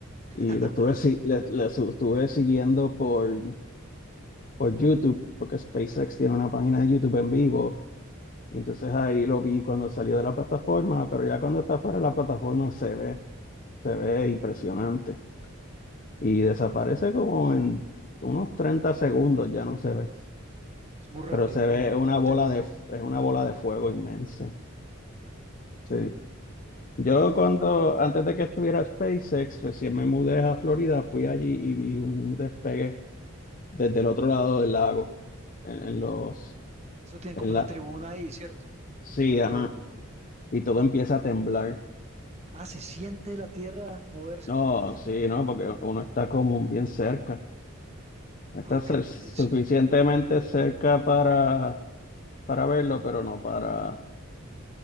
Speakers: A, on the right; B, on the left.
A: <laughs>
B: y lo estuve, si- le- le su- estuve siguiendo por, por YouTube, porque SpaceX tiene una página de YouTube en vivo. Entonces ahí lo vi cuando salió de la plataforma, pero ya cuando está fuera de la plataforma se ve, se ve impresionante. Y desaparece como en unos 30 segundos, ya no se ve.
A: Es muy rápido,
B: pero se
A: ¿no?
B: ve
A: Muy
B: una
A: potente.
B: bola de, es una bola de fuego inmensa. Sí. Yo
A: Y
B: cuando, antes de que estuviera SpaceX, recién me mudé a Florida, fui allí y vi un despegue desde el otro lado del lago, en, en los,
A: eso tiene
B: en
A: como una
B: la,
A: tribuna ahí, ¿cierto?
B: sí,
A: Como una tribuna.
B: ajá, y todo empieza a temblar.
A: Ah, se siente la tierra moverse
B: No,
A: con...
B: sí, no, porque uno está como bien cerca,
A: ¡Wow,
B: está cer-
A: qué potencia!
B: suficientemente cerca para, para verlo, pero no para,